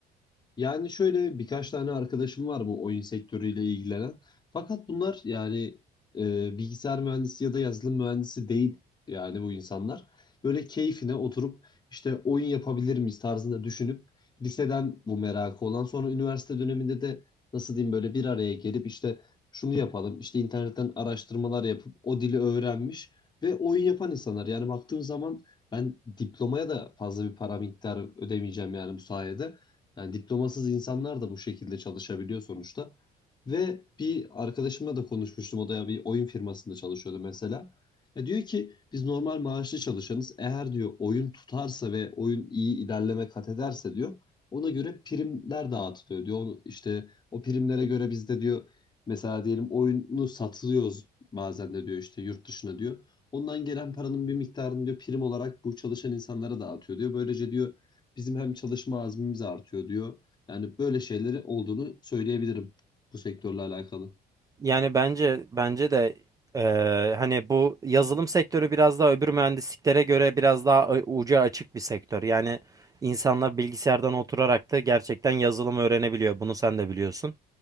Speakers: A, on the left; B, on the right.
A: Yani şöyle birkaç tane arkadaşım var bu oyun sektörüyle ilgilenen. Fakat bunlar yani e, bilgisayar mühendisi ya da yazılım mühendisi değil yani bu insanlar. Böyle keyfine oturup işte oyun yapabilir miyiz tarzında düşünüp liseden bu merakı olan sonra üniversite döneminde de nasıl diyeyim böyle bir araya gelip işte şunu yapalım işte internetten araştırmalar yapıp o dili öğrenmiş ve oyun yapan insanlar. Yani baktığım zaman ben diplomaya da fazla bir para miktarı ödemeyeceğim yani bu sayede. Yani diplomasız insanlar da bu şekilde çalışabiliyor sonuçta. Ve bir arkadaşımla da konuşmuştum. O da ya bir oyun firmasında çalışıyordu mesela. Ya diyor ki biz normal maaşlı çalışanız. Eğer diyor oyun tutarsa ve oyun iyi ilerleme kat ederse diyor. Ona göre primler dağıtılıyor diyor. Onu, işte o primlere göre biz de diyor mesela diyelim oyunu satılıyoruz bazen de diyor işte yurt dışına diyor. Ondan gelen paranın bir miktarını diyor prim olarak bu çalışan insanlara dağıtıyor diyor. Böylece diyor Bizim hem çalışma azmimiz artıyor diyor. Yani böyle şeyleri olduğunu söyleyebilirim bu sektörle alakalı.
B: Yani bence bence de eee, hani bu yazılım sektörü biraz daha öbür mühendisliklere göre biraz daha a- ucu açık bir sektör. Yani insanlar bilgisayardan oturarak da gerçekten yazılım öğrenebiliyor. Bunu sen de biliyorsun.